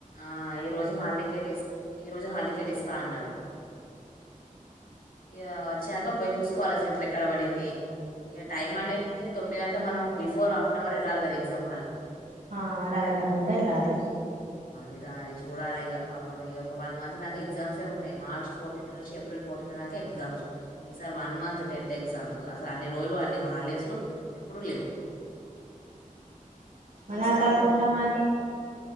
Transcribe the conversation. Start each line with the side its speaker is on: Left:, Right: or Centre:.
Left: ఆ ఈ రోజు హాల్ టికెట్ ఇస్ ఈ రోజు హాల్ టికెట్ ఇస్తా అన్నారు ఇ వచ్చాక పోయి చూసుకోవాలి సెంటర్ ఎక్కడ పడింది ఇ టైం అనేతే తొమ్మిది అంటే మనం బిఫ బిఫోర్ హాఫ్ ఆన్ అవర్ వెళ్ళాలి కద ఎగ్జామ్ వాళ్ళకి
Right: ఆ అరగంట ముందే వెళ్ళాలి
Left: ఇదా అది చూడాలిక పాపం ఒక వన్ మంత్ దాకా ఎగ్జామ్స్ ఉన్నాయి మార్చ్ ఫోర్టీన్త్ నుంచి ఏప్రిల్ ఫోర్టీన్త్ దాకా ఎగ్జామ్స్ ఈసారి వన్ మంత్ టెన్త్ ఎగ్జామ్స్ అసలు అన్ని రోజులు అన్ని హాలిడేస్లు ఎప్పుడు లేవు
Right: అలాకాకుండా
Left: ఈసారి అన్న
Right: ఉన్న <inaudible> మాట